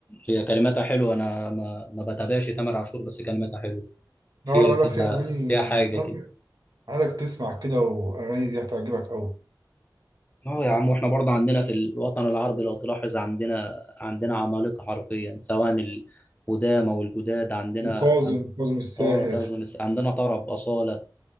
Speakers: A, on the left; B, on the right.
A: هي كلماتها حلوه انا ما ما بتابعش تامر عاشور بس كلماتها حلوه
B: لا
A: فيها
B: لا لا
A: كده
B: في أغاني
A: فيها حاجه
B: عايزك
A: كده
B: عايزك تسمع كده وأغاني دي هتعجبك أوي
A: اه يا عم واحنا برضه عندنا في الوطن العربي لو تلاحظ عندنا عندنا عمالقة حرفيا سواء القدامى او الجداد عندنا
B: وكاظم كاظم الساهر
A: اه كذا ناس- عندنا طرب أصالة